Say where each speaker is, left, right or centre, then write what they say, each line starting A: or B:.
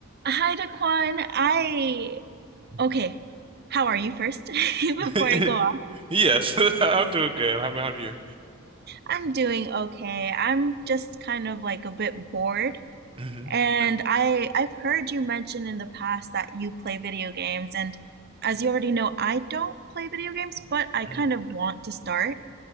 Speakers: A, on the right; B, on the right.
A: Hi, Daquan. I okay. How are you first? <laughs>
B: <laughs>
A: Before I go on,
B: Yes, <laughs> I'm doing good. How about you?
A: I'm doing okay. I'm just kind of like a bit bored,
B: hmm
A: and I I've heard you mention in the past that you play video games, and as you already know, I don't play video games, but I
B: hmm
A: kind of want to start.